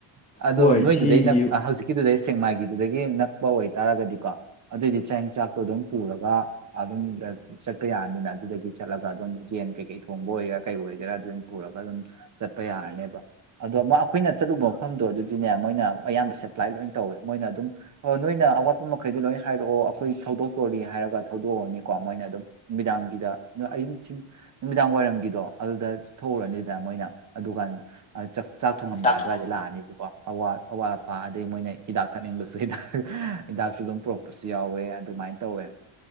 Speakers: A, on the right; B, on the left.
A: ꯑꯗꯣ
B: ꯍꯣꯏ
A: ꯅꯣꯏꯗꯨꯗ
B: ꯍꯤꯒꯤ
A: ꯅꯪ ꯍꯧꯖꯤꯛꯀꯤꯗꯨꯗꯩ ꯁꯦꯛꯃꯥꯏꯒꯤꯗꯨꯗꯒꯤ ꯅꯛꯄ ꯑꯣꯏꯇꯥꯔꯒꯗꯤꯀꯣ ꯑꯗꯨꯑꯣꯏꯗꯤ ꯆꯥꯛ ꯆꯥꯛꯇꯣ ꯑꯗꯨꯝ ꯄꯨꯔꯒ ꯑꯗꯨ ꯆꯠꯄ ꯌꯥꯅꯤꯅ ꯑꯗꯨꯗꯒꯤ ꯆꯠꯂꯒ ꯑꯗꯨꯝ ꯌꯦꯟ ꯀꯩꯀꯩ ꯊꯣꯡꯕ ꯑꯣꯏꯒꯦꯔꯥ ꯀꯩ ꯑꯣꯏꯒꯦꯔꯥ ꯑꯗꯨꯝ ꯄꯨꯔꯒ ꯑꯗꯨꯝ ꯆꯠꯄ ꯌꯥꯔꯅꯦꯕ ꯑꯗꯣ ꯑꯩꯈꯣꯏꯅ ꯆꯠꯂꯨꯕ ꯃꯐꯝꯗꯣ ꯑꯗꯨꯒꯤ ꯑꯗꯨꯅꯦ ꯃꯣꯏꯅ ꯑꯌꯥꯝꯕ ꯁꯦꯄ꯭ꯂꯥꯏ ꯂꯣꯏꯅ ꯇꯧꯋꯦ ꯃꯣꯏꯅ ꯑꯗꯨꯝ ꯅꯣꯏꯅ ꯑꯋꯥꯠꯄ ꯃꯈꯩꯗꯣ ꯂꯣꯏꯅ ꯍꯥꯏꯔꯛꯑꯣ ꯑꯩꯈꯣꯏ ꯊꯧꯗꯣꯛꯇꯣꯔꯤ ꯍꯥꯏꯔꯒ ꯊꯧꯗꯣꯛꯑꯔꯅꯤꯀꯣ ꯃꯣꯏꯅ ꯑꯗꯨꯝ ꯅꯨꯃꯤꯗꯥꯡꯒꯤꯗ ꯑꯌꯊ ꯅꯨꯃꯤꯗꯥꯡ ꯋꯥꯏꯔꯝꯒꯤ ꯗꯣ ꯑꯗꯨꯗ ꯊꯣꯛꯎꯔꯅꯤꯗꯅ ꯃꯣꯏꯅ ꯑꯗꯨꯀꯥꯟ ꯆꯥꯛ ꯊꯣꯡꯉꯝꯗꯥꯏ
B: ꯆꯥꯛ ꯊꯣꯡꯉꯝ
A: ꯑꯗꯨꯋꯥꯏꯗ ꯂꯥꯛꯑꯅꯦꯕꯀꯣ ꯋꯥ ꯑꯋꯥꯠ ꯑꯄꯥ ꯑꯗꯩ ꯃꯣꯏꯅ ꯍꯤꯗꯥꯛ ꯊꯛꯅꯤꯡꯕꯁꯨ ꯍꯤꯗꯥꯛ ꯍꯤꯗꯥꯛꯁꯨ ꯑꯗꯨꯝ ꯄꯨꯔꯛꯄꯁꯨ ꯌꯥꯎꯋꯦ ꯑꯗꯨ ꯑꯗꯨꯃꯥꯏꯅ ꯇꯧꯋꯦ